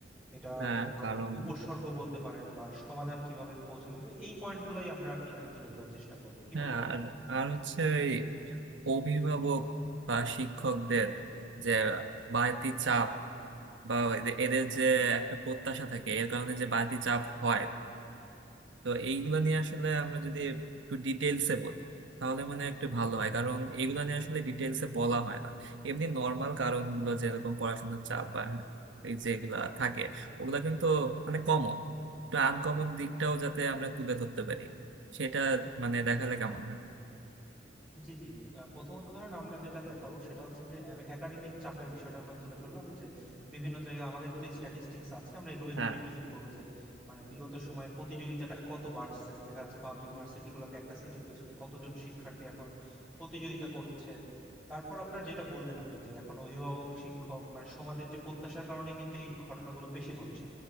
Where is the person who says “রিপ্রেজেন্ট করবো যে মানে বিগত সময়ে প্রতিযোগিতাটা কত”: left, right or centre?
Centre